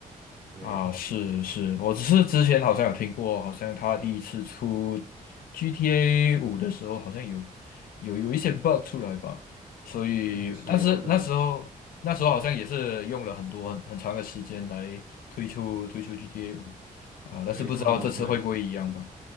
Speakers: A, on the right; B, on the left.
A: 对，
B: 啊，是是，我只是之前好像有听过，好像他第一次出 GTA 五的时候，好像有有有一些 bug 出来吧，所以但是那时候那时候好像也是用了很多很很长的时间来推出推出
A: 也是有的，
B: GTA 五啊，
A: 对，
B: 但是不知道这次会不会一样吧。
A: 他们会。